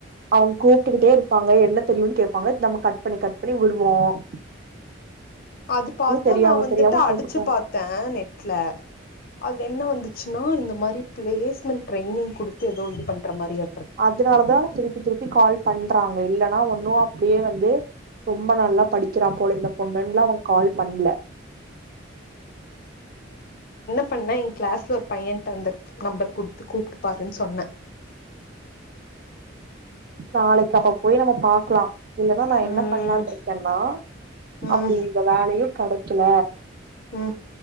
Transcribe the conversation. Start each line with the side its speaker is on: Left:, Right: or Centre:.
Right: அவங்க கூப்பிட்டுகிட்டே இருப்பாங்க என்ன தெரியுன்னு கேட்பாங்க நம்ம கட் பண்ணி கட் பண்ணி விடுவோம்
Left: அது பாத்தா
Right: தெரியாம
Left: நா வந்துட்டு
Right: தெரியாம
Left: அடிச்சு
Right: கூப்புட்றாங்க
Left: பாத்த நெட்ல, அது என்ன வந்துச்சுன்னா இந்த மா ரி பிளேஸ்மெண்ட் ட்ரைய்னிங் குடுத்து, எதோ இது பண்ற மாரியா..
Right: அதுனாலதா திருப்பி திருப்பி கால் பண்றாங்க இல்லனா ஒண்ணு இப்டியே வந்து ரொம்ப நல்லா படிக்கிறா போல இந்த பொண்ணுனுல்லா அவன் கால் பண்ல.
Left: பண்ண என் கிளாஸ்ல ஒரு பையன்ட்டு இருந்து நம்பர் குடுத்து கூப்ட்டுப்பாருனு சொன்ன
Right: நாளைக்கு அப்ப போய் நம்ம பாக்லா இல்லனா நா என்ன
Left: ம்
Right: பண்ணலான்று இருக்கேனா
Left: ம்
Right: அப்டி இந்த வேலயு கெடை க்கல
Left: உம்